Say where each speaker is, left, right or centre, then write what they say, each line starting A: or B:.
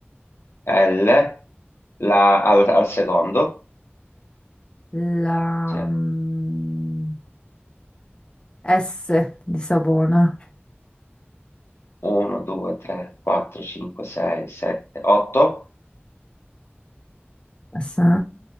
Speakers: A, on the left; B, on the left.
A: L. La, al, al secondo.
B: la...
A: C'è.
B: mm, S di Savona.
A: 1, 2, 3, 4, 5, 6, 7, 8.
B: S-